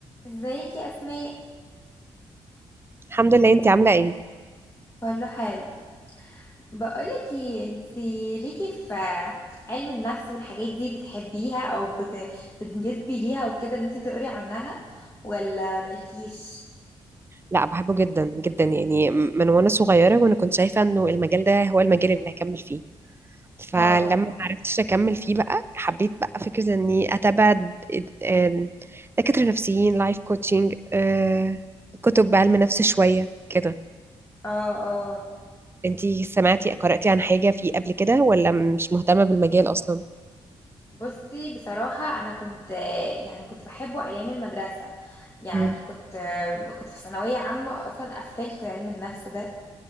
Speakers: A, on the left; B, on the right.
A: ازيك يا اسماء
B: الحمد لله انتي عاملة ايه؟
A: كله حال بقولك ايه انتي ليكي في علم النفس والحاجات دي بتحبيها او بت- بتنجذبي ليها وكده ان انتي تقري عنها ولا مالكيش
B: لا بحبه جدا جدا يعني من وانا صغيرة وانا كنت شايفة انه المجال ده هو المجال اللي هكمل فيه فلما
A: اه
B: ما عرفتش اكمل فيه بقى حبيت بقى فكرة اني اتابع د- ام، دكاترة نفسيين لايف كوتشنج اه، كتب بعلم نفس شوية كده
A: اه اه
B: انتي سمعتي قرأتي عن حاجة فيه قبل كده ولا مش مهتمة بالمجال اصلا؟
A: بصي بصراحة انا كنت يعني كنت بحبه ايام المدرسة يعني
B: مم.
A: كنت كنت في ثانوية عامة اصلا قفلت علم النفس ده